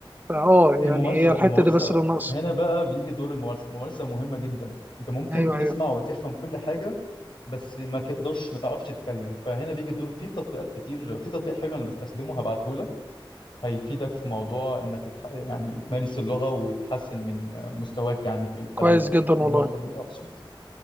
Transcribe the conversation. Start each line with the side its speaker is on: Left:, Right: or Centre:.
Right: فاه
Left: الممارسه
Right: يعني هي الحته
Left: الممارسه
Right: دي بس اللي ناقصه
Left: هنا بقى بيجي دور الممارسه الممارسه مهمه جدا انت ممكن
Right: ايوه
Left: تسمع
Right: ايوه
Left: وتفهم كل حاجه بس ما تقدرش ما تعرفش تتكلم فهنا بيجي دور في تطبيقات كتير في تطبيق حلو انا بستخدمه هبعته لك هيفيدك في موضوع انك تح... يعني تمارس اللغة وتحسن من مستواك يعني في الكلام
Right: كويس
Left: ده
Right: جدا والله
Left: في النقطة دي اقصد